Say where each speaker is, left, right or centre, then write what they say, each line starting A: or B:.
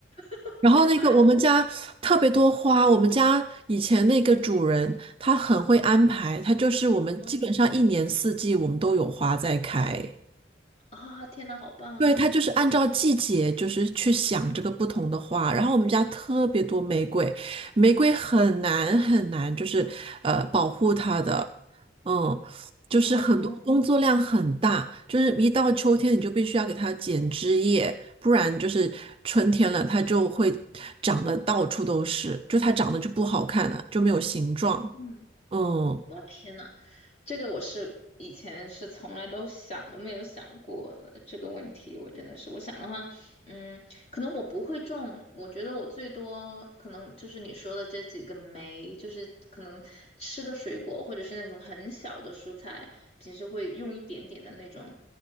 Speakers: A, on the left; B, on the right.
A: <laughs>
B: 然后那个我们家特别多花，
A: 太慢了。
B: 我们家以前那个主人他很会安排，他就是我们基本上一年四季我们都有花在开，
A: 嗯啊、天呐，好棒啊！
B: 对，它就是按照季节，就是去想这个不同的花。然后我们家特别多玫瑰，玫瑰很难很难，就是呃保护它的，嗯，就是很多工作量很大，
A: 哦，
B: 就是一到秋天你就必须要给它剪枝叶，不然就是春天了它就会长得到处都是，就它长得就不好看了，就没有形状。
A: 嗯，
B: 嗯，
A: 我的天呐，这个我是以前是从来都想都没有想过的这个问题，我真的是，我想的话，嗯，可能我不会种，我觉得我最多可能就是你说的这几个酶，就是可能吃的水果或者是那种很小的蔬菜，平时会用一点点的那种